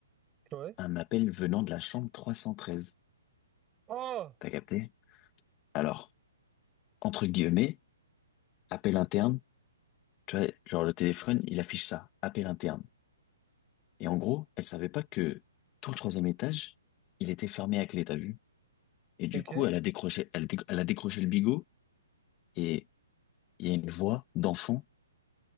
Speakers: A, on the right; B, on the left.
A: Ouais.
B: Un appel venant de la chambre 313.
A: Oh!
B: T'as capté? Alors, entre guillemets, appel interne, tu vois, genre le téléphone, il affiche ça, appel interne. Et en gros, elle savait pas que tout le troisième étage, il était fermé à clé, t'as vu? Et du
A: Ok.
B: coup, elle a décroché, elle, déc- elle a décroché le bigot, et il y a une voix d'enfant